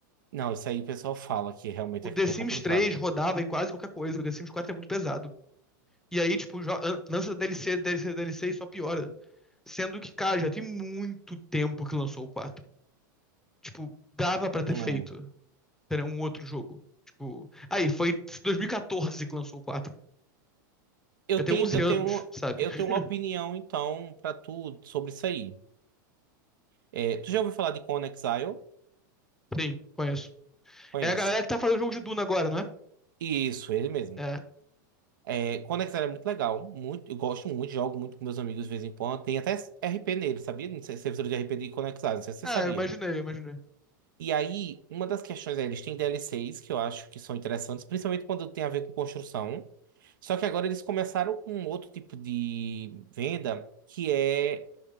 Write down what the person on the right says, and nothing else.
Não, isso aí o pessoal fala que realmente
é,
é
complicado.
Né?
Uhum.
Eu
tenho,
eu
tenho, uma,
eu
tenho uma opinião, então, pra tu sobre isso aí. É, tu já ouviu falar de Conan Exile?
Conhece?
Isso, ele mesmo.
É, Conan Exile é muito legal. Muito, eu gosto muito, jogo muito com meus amigos de vez em quando. Tem até RP nele, sabia? Não sei, servidor de RP de Conan Exile, não sei se você
sabia.
E aí, uma das questões é, eles têm DLCs que eu acho que são interessantes, principalmente quando tem a ver com construção. Só que agora eles começaram com um outro tipo de venda que é